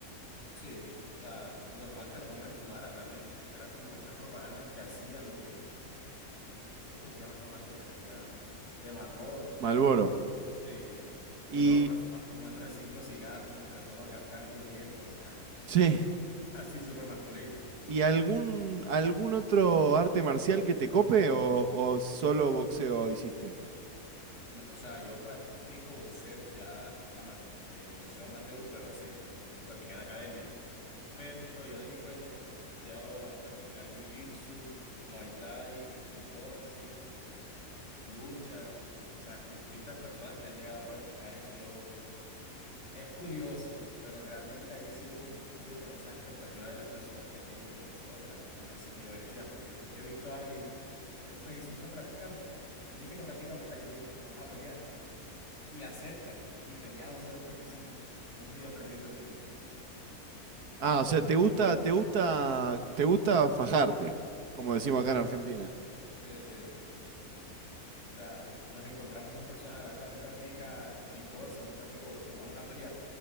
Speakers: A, on the left (about 50°); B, on the right (about 85°).
A: Sí, o sea, normal que los hombres fumaran también. Era como esas propagandas que hacían de, ¿cómo es que se llama esta marca de cigarros? De Marlboro.
B: Malboro.
A: Sí, un
B: Y,
A: hombre fuma- fumándose cinco cigarros mientras toma café al mismo tiempo, o sea,
B: sí,
A: <laughs> así súper masculino.
B: ¿y algún, algún otro arte marcial que te cope o, o solo boxeo hiciste?
A: No, o sea, yo practico boxeo ya amate- eh, boxeo amateur, pero ese es- lo practiqué en la academia. Pero yo de mi cuenta he llegado a practicar jiu-jitsu, muay thai, kickboxing, lucha, o sea, con distintas personas que han llegado a practicar eso. Yo es curioso, pero realmente ahí sí he cumplido con esa expectativa de las personas que tienen del boxeo, de las personas así medio agresivas, porque yo he visto a alguien, él me dice, "No practica, eh, me dice que practica muay thai", yo le digo, "Vamos a pelear." y aceptan y peleamos solo porque sí. Y hemos ido aprendiendo así.
B: Ah, o sea, te gusta, te gusta, te gusta fajarte, como decimos acá en Argentina.
A: Sí, sí. O sea, nos encontramos dos personas al azar. Él practica kickboxing, yo practico boxeo. Vamos a pelear.